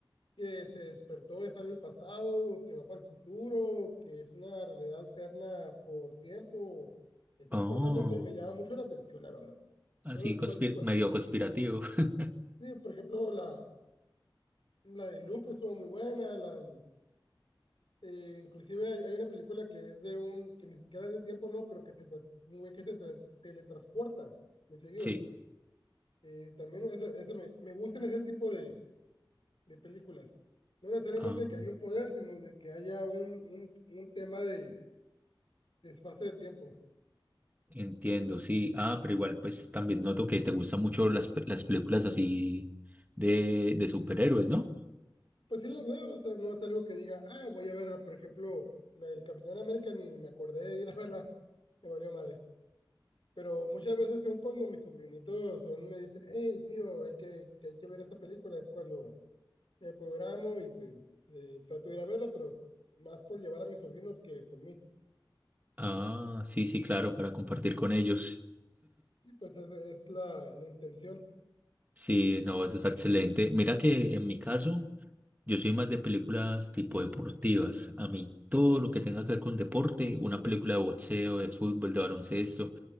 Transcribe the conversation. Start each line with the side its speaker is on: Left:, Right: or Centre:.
Left: que se despertó, está en el pasado, o que va para el futuro, o que es una realidad alterna por tiempo, esas
Right: Oh,
Left: cosas, no sé, me llama mucho la atención, la verdad.
Right: así
Left: Entonces,
Right: conspir-
Left: cual, cual-
Right: medio conspirativo. <laughs>
Left: sí, por ejemplo, la, la de Loop estuvo muy buena, la, eh, inclusive hay, hay una película que es de un, que ni siquiera es de tiempo, no, pero que se, tras- un güey que se tra- teletransporta muy seguido.
Right: Sí.
Left: Eh, también eso, eso me, me gustan ese tipo de, de películas. No necesariamente
Right: Ah,
Left: que haya un poder, sino de que haya un, un, un tema de, de espacio de tiempo.
Right: entiendo, sí. Ah, pero igual, pues también noto que te gustan mucho las, pe- las películas así de, de superhéroes, ¿no?
Left: Pues sí las veo, o sea, no es algo que diga, ah, voy a ver, por ejemplo, la del Capitán América, ni me acordé de ir a verla, me valió madre. Pero muchas veces son cuando mis sobrinitos son, me dicen, hey, tío, hay que, que hay que ver esta película, es cuando me programo y pues eh, trato de ir a verla, pero más por llevar a mis sobrinos que por mí.
Right: Ah, sí, sí, claro, para compartir con ellos.
Left: Sí, pues esa es la, la intención.
Right: Sí, no, eso está excelente. Mira que en mi caso... Yo soy más de películas tipo deportivas. A mí todo lo que tenga que ver con deporte, una película de boxeo, de fútbol, de baloncesto,